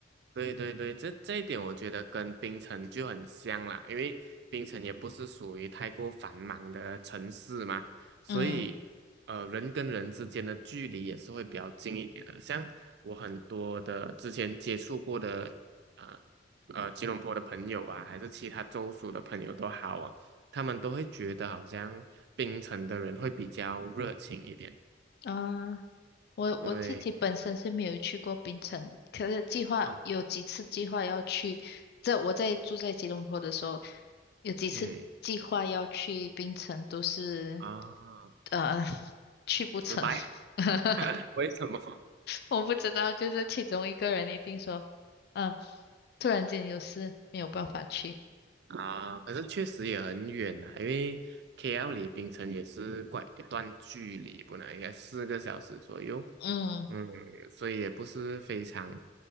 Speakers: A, on the right; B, on the left.
A: 对对对，这这一点我觉得跟槟城就很像啦，因为槟城也不是属于太过繁忙的城市嘛，所以呃，
B: 嗯
A: 人跟人之间的距离也是会比较近一点的。像我很多的之前接触过的呃呃吉隆坡的朋友啊，还是其他州属的朋友都好啊，他们都会觉得好像槟城的人会比较热情一点。
B: 啊，我我自己本身是没有去过槟城，
A: 对，
B: 可是计划有几次计划要去。
A: 哦
B: 这我在住在吉隆坡的时候，有几次计划要去槟城，
A: 嗯，
B: 都是
A: 啊，
B: 呃 <laughs> 去不成。
A: 失白，<laughs>
B: <laughs>
A: 为什么？
B: 我不知道，就是其中一个人一定说。嗯。突然间有事没有办法去。
A: 啊，可是确实也很远呢、因为 KL 离槟城也是怪一段距离，不能应该四个小时左右，
B: 嗯，
A: 嗯，所以也不是非常